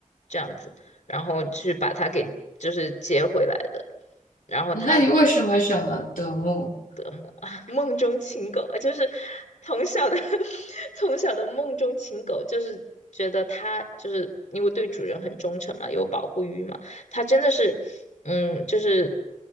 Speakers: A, on the left; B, on the left.
A: 这样子，然后去把它给就是接回来的。然后它
B: 那你为什么选了德牧
A: 的梦啊，<laughs> 梦中情狗啊，就是从小的 <laughs> 从小的梦中情狗，就是觉得它就是因为对主人很忠诚嘛，有保护欲嘛，它真的是，嗯，就是